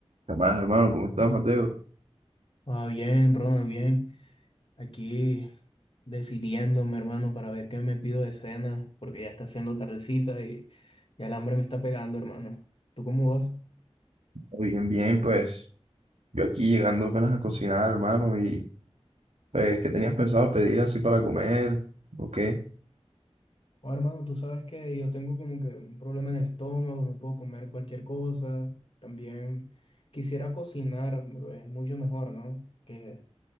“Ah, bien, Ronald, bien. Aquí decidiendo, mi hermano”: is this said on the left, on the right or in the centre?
Left